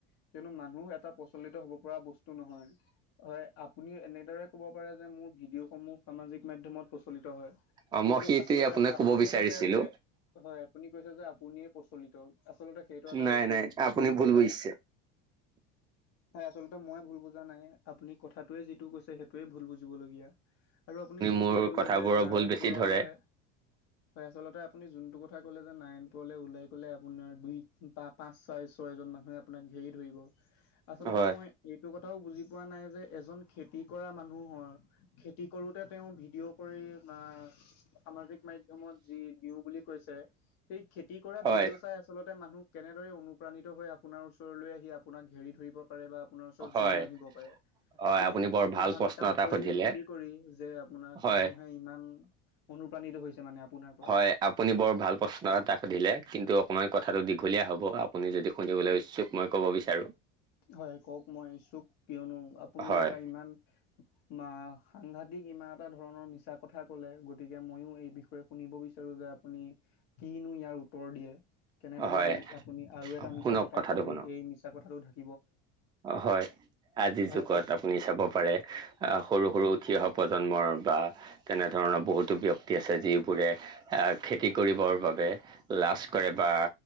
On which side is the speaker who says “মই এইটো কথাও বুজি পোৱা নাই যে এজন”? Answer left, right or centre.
Left